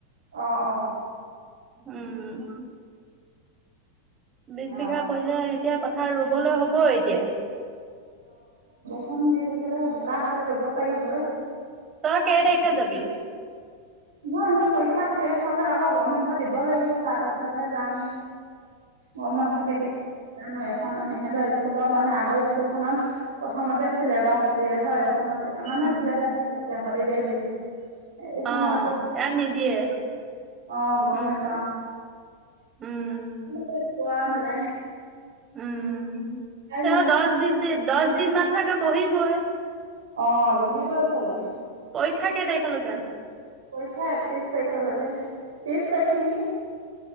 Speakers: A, on the right; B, on the right.
A: অ অ।
B: উ উম। বিছ বিঘা
A: অ
B: কৰিলে এতিয়া পথাৰ ৰুবলৈ হ'বই এতিয়া।
A: খন দি থাকিলে বোকা হ'লে ৰুব পাৰিবই।
B: তই কে তাৰিখ খে যাবি?
A: মই এনে পৰীক্ষা শেষ হ'লে আকৌ গৰম বন্ধ দিব লাগিব তাৰ পিছতহে যাম। গৰম বন্ধ
B: অ
A: কেতিয়া যানই এখন ইহঁতৰ স্কুলৰ মানে আগৰ স্কুলখনত প্ৰথমতে চিলেবাছ দিয়ে হয় এখনত আ মানে
B: উম
A: চিলেবাছ <unintelligible> তই হলিদে লিষ্ট এইখনত
B: অ
A: আকৌ
B: ইয়াত নিদিয়ে
A: অ গম
B: উম
A: নেপাওঁ
B: উম।
A: ৰাতিপুৱা মানে
B: উম
A: কাইল
B: তেওঁ দছ বিছ দিন দছ দিন মান চাগে বহিবই।
A: অ বহিবই চাগে
B: পৰীক্ষা কেই তাৰিখলৈকে আছে
A: পৰীক্ষা একত্ৰিশ তাৰিখলৈকে ত্ৰিশ তাৰিখ নেকি